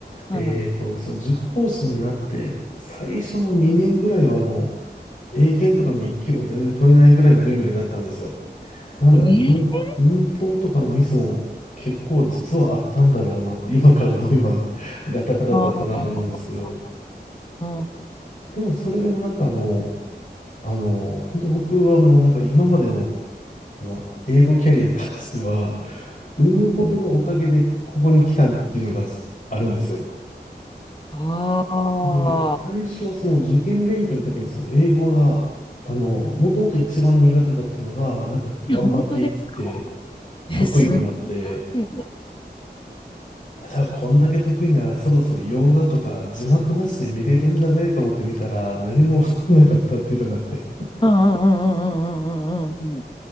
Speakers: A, on the left; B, on the left.
A: あ。
B: えっと、
A: う
B: その塾講師になって、最初の2年ぐらいはあの、英検とかの1級も全然取れないぐらいのレベルだったんですよ。なので、
A: ん、えー、
B: 文、文法とかのミスも結構実はあったんだろうなと、今から思えばガタガタだったなと思うんですけど、
A: あーうん
B: でもそれでもなんかあの、あの、本当僕はもうなんか今までのこの英語キャリアに関しては、うぬぼれのおかげでここに来たっていうのがあるんですよ。
A: うんあ
B: で、最初はその受験勉強の時にその英語が、あの、もともと一番苦手だったのが、なんかこう頑張っていって
A: ー、本当ですか。え、
B: 得意になって、
A: すごい。う
B: さあこんだけ得意ならそろそろ洋画とか字幕なしで見れるんじゃねえと思って見たら何もわからなかったっていうのがあって、
A: んうんうんうんうんうんうんうん。